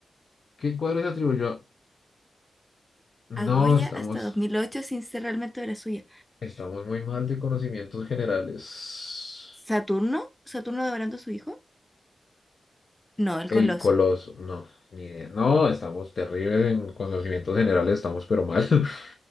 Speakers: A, on the left; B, in the centre.
A: ¿Qué cuadro se atribuyó? a- No,
B: A Goya
A: estamos,
B: hasta 2008 sin ser realmente obra suya.
A: estamos muy mal de conocimientos generales.
B: ¿Saturno? ¿Saturno devorando a su hijo? No, el
A: El
B: Coloso.
A: Coloso, no, ni idea. No, estamos terribles en conocimientos generales, estamos pero mal. <laughs>